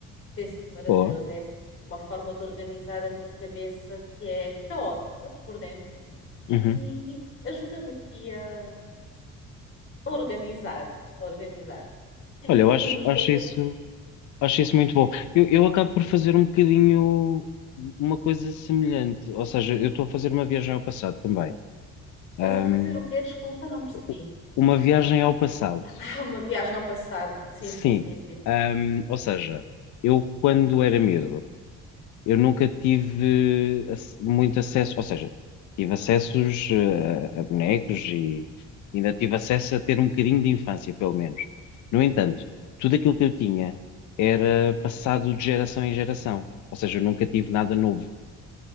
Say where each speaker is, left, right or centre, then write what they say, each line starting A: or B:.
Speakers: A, on the left (about 45°); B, on the left (about 70°).
A: Tem sido maravilhoso.
B: boa.
A: É assim, uma forma de organizar a minha cabeça que é caótica por dentro,
B: Uhum.
A: e ajuda-me aqui a a organizar, a organizar.
B: Olha,
A: E
B: eu acho,
A: tu, nos
B: acho
A: teus
B: isso,
A: tempos,
B: acho isso muito bom. Eu, eu acabo por fazer um bocadinho uma coisa semelhante, ou seja, eu estou a fazer uma viagem ao passado também.
A: estás
B: Ahm,
A: a fazer o quê? Desculpa, não percebi.
B: u- uma viagem ao passado.
A: Ah, uma viagem ao passado. Sim,
B: Sim,
A: sim, sim, sim.
B: Ahm, ou seja, eu quando era miúdo, eu nunca tive ac- muito acesso, ou seja, tive acessos eh, a, bonecos e ainda tive acesso a ter um bocadinho de infância, pelo menos. No entanto, tudo aquilo que eu tinha era passado de geração em geração, ou seja, eu nunca tive nada novo.